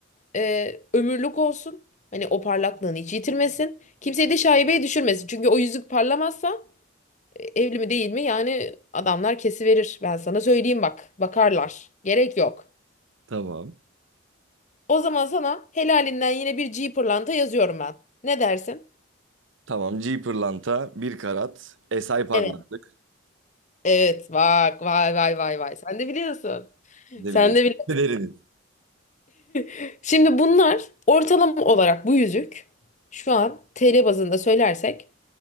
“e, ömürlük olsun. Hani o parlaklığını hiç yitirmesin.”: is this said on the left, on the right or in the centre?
Left